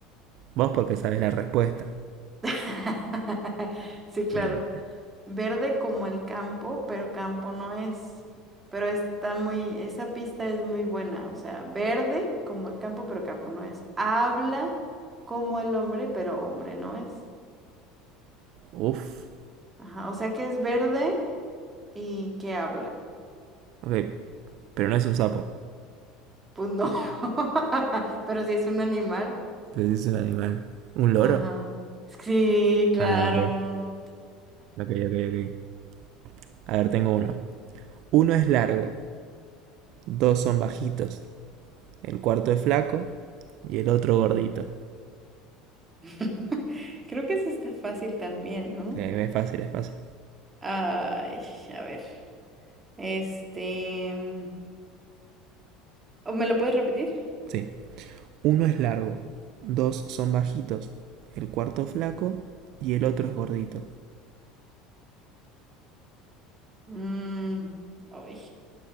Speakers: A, on the right; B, on the right.
A: Vos porque sabés la respuesta.
B: <laughs> Sí, claro.
A: Eh,
B: Verde como el campo, pero campo no es. Pero está muy, esa pista es muy buena. O sea, verde como el campo, pero campo no es. Habla como el hombre, pero hombre no es.
A: uf.
B: Ajá, o sea que es verde y que habla.
A: Ok. Pero no es un sapo.
B: Pues no. <laughs> Pero si es un animal.
A: Pues es un animal. ¿Un loro?
B: Ajá. Sí, claro.
A: Ah, ok. Ok, ok, ok. A ver, tengo uno. Uno es largo, dos son bajitos, el cuarto es flaco y el otro gordito.
B: <laughs> Creo que eso está fácil también, ¿no?
A: Eh, es fácil, es fácil.
B: Ay, a ver. Este. ¿O me lo puedes repetir?
A: Sí. Uno es largo, dos son bajitos, el cuarto es flaco y el otro es gordito.
B: Mm, ay.